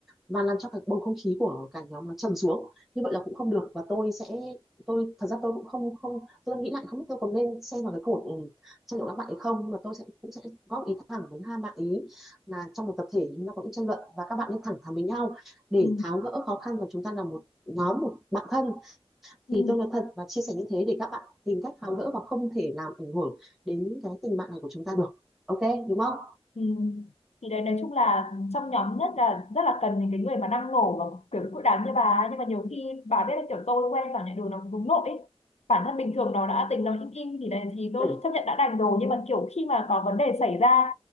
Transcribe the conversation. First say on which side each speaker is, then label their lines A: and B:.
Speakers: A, in the centre; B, on the left (about 85°).
A: và làm cho cái bầu không khí của cả nhóm nó trầm xuống như vậy là cũng không được và tôi sẽ tôi thật ra tôi cũng không không tôi đang nghĩ lại không biết tôi còn nên xem vào cái cuộc ừ, tranh luận các bạn ấy không mà tôi sẽ cũng sẽ góp ý thẳng với hai bạn ý là trong một tập thể chúng ta có những tranh luận và các bạn nên thẳng thắn với nhau để
B: ừ.
A: tháo gỡ khó khăn và chúng ta là một nhóm một bạn thân
B: Ừ.
A: thì tôi nói thật và chia sẻ như thế để các bạn tìm cách tháo gỡ và không thể làm ảnh hưởng đến cái tình bạn này của chúng ta được ok đúng không
B: Ừ. Thì đấy nói chung là trong nhóm nhất là rất là cần những cái người mà năng nổ và kiểu cự đám như bà ấy. nhưng mà nhiều khi bà biết là kiểu tôi quen vào nhận đường nó hướng nội ấy. Bản thân bình thường nó đã tính nó im im thì đấy thì tôi
A: ừ
B: chấp nhận đã đành rồi nhưng mà kiểu khi mà có vấn đề xảy ra